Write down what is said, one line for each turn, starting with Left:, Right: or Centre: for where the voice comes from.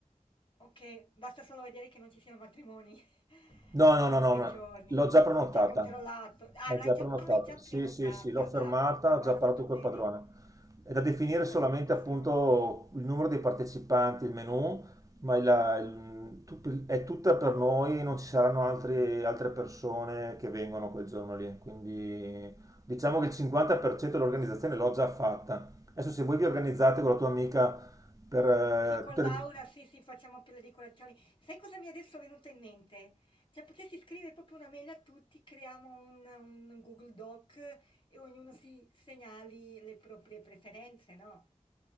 Left: Ok, basta solo vedere che non ci siano matrimoni, <laughs>
Right: No, no,
Left: cioè
Right: no,
Left: in
Right: no,
Left: quei
Right: ma
Left: giorni.
Right: l'ho già prenotata.
Left: Già controllato. Ah,
Right: È
Left: l'hai
Right: già
Left: già,
Right: prenotata.
Left: ah, l'hai già
Right: Sì,
Left: prenotata.
Right: sì, sì, l'ho fermata,
Left: Ah, ottimo,
Right: ho già
Left: hai
Right: parlato
Left: fatto
Right: col
Left: bene.
Right: padrone. È da definire
Left: Sì, sì, hai fatto
Right: solamente
Left: benissimo.
Right: appunto il numero dei partecipanti, il menù, ma il- il- tu- è tutta per noi, non ci saranno altri- altre persone che vengono quel giorno lì. Quindi diciamo che il 50% dell'organizzazione l'ho già fatta. Adesso se voi vi organizzate con la tua amica per eh,
Left: Sì, con
Right: tutte
Left: Laura,
Right: le...
Left: sì, sì, facciamo per le decorazioni. Sai cosa mi è adesso venuto in mente? Cioè, potresti scrivere proprio una mail a tutti, creiamo un, un Google Doc e ognuno si segnali le proprie preferenze, no?